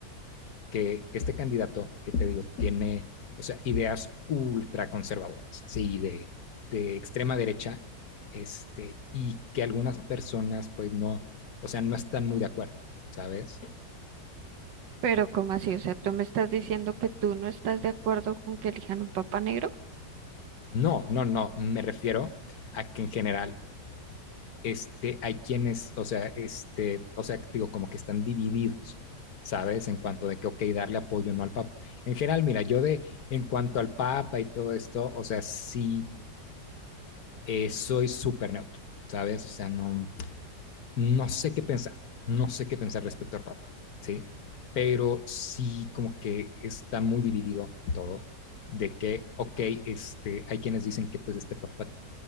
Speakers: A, on the left; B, on the right.
A: que este candidato, que te digo, tiene, o sea, ideas ultra conservadoras, así de, de extrema derecha, este, y que algunas personas pues no, o sea, no están muy de acuerdo, ¿sabes?
B: Pero, ¿cómo así? O sea, tú me estás diciendo que tú no estás de acuerdo con que elijan un papa negro.
A: No, no, no, me refiero a que en general este, hay quienes, o sea, este, o sea, digo, como que están divididos, ¿sabes? En cuanto de que, ok, darle apoyo o no al Papa. En general, mira, yo de, en cuanto al Papa y todo esto, o sea, sí, eh, soy súper neutro, ¿sabes? O sea, no, no sé qué pensar, no sé qué pensar respecto al Papa, ¿sí? Pero sí, como que está muy dividido todo, de que, ok, este, hay quienes dicen que pues este Papa